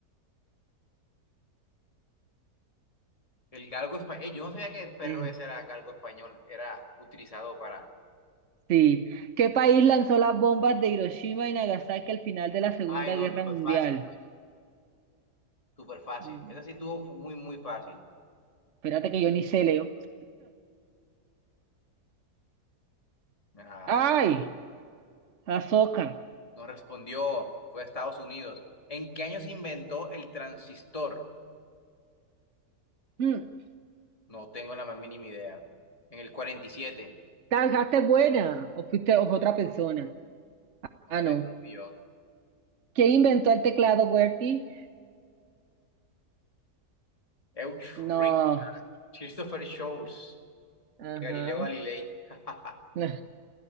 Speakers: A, on the left; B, on the right.
A: El galgo español. yo no sabía que el perro
B: Eh,
A: ese era galgo español, era utilizado para.
B: sí. ¿Qué país lanzó las bombas de Hiroshima y Nagasaki al final de la Segunda
A: Ay, no,
B: Guerra
A: súper
B: Mundial?
A: fácil, pues. Súper fácil.
B: Mm,
A: Esa sí estuvo fu- muy, muy fácil.
B: Espérate que yo ni sé, Leo.
A: Ajá.
B: Ay, Azoka.
A: Nos respondió, fue a Estados Unidos. ¿En qué año se inventó el transistor?
B: Mm,
A: No tengo la más mínima idea. En el 47.
B: ¿La buena o fuiste o- otra persona?
A: No
B: Ah,
A: sé,
B: no.
A: no fui yo.
B: ¿Quién inventó el teclado, Bertie?
A: Euchrich,
B: No.
A: ah, Christopher Scholz.
B: Ajá.
A: y Galileo Galilei. <laughs>
B: No,